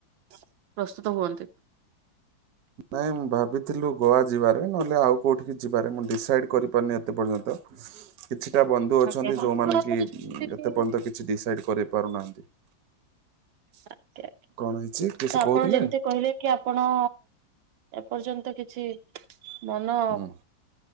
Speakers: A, on the right; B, on the right.
A: ପ୍ରସ୍ତୁତ ହୁଅନ୍ତି।
B: ନାଇଁ ମୁଁ ଭାବିଥିଲୁ ଗୋଆ ଯିବାରେ ନହେଲେ, ଆଉ କୋଉଠିକି ଯିବାରେ, ମୁଁ ଡିସାଇଡ କରିପାରୁନି ଏତେ ପର୍ଯ୍ୟନ୍ତ। <inaudible> କିଛିଟା ବନ୍ଧୁ ଅଛନ୍ତି
A: ଆଜ୍ଞା ମତେ
B: ଯୋଉମାନେ
A: ତ ଆଗରୁ
B: କି
A: ଯେମିତି
B: ଉଁ
A: କି
B: ଏତେ ପର୍ଯ୍ୟନ୍ତ କିଛି ଡିସାଇଡ କରି ପାରୁନାହାନ୍ତି। <inaudible>
A: ଆଜ୍ଞା ଆଜ୍ଞା
B: କଣ ହେଇଛି କିଛି
A: ତ
B: କହୁଥିଲେ?
A: ଆପଣ ଯେମିତି କହିଲେ। କି ଆପଣ ଏପର୍ଯ୍ୟନ୍ତ କିଛି ମନ।
B: ହୁଁ